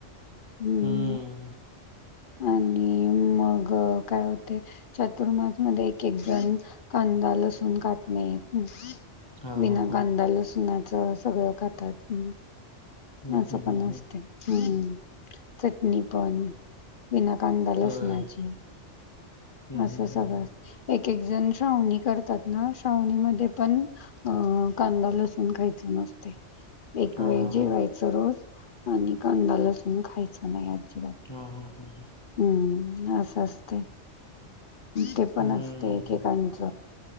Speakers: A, on the left (about 50°); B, on the left (about 20°).
A: हम्.
B: हम्म.
A: आणि मग काय होते चतुर्मास मध्ये एक एक जण कांदा लसण काटणेेत
B: हा
A: विना
B: हा हा.
A: कांदा लसुणाच सगळं खातात
B: हम्म
A: असं
B: हम्म
A: पण
B: हम्म
A: असत
B: हम्म.
A: हम् चटणी पण विना कांदा लसणाची
B: होय. हम्म
A: असं
B: हम्म
A: सगळं
B: हम्म.
A: असतं. एक एक जण श्रावणी करतात ना श्रावणीमध्ये पण अं कांदा लसूण खायच नसते एक
B: हा
A: वेळ
B: हा
A: जेवायचं
B: हा.
A: रोज आणि कांदा लसून खायचं नाही अजिबात
B: हा, हं हं हं
A: हम्म. असं असतंय. ते पण
B: हम्म.
A: असं ते एकेकांच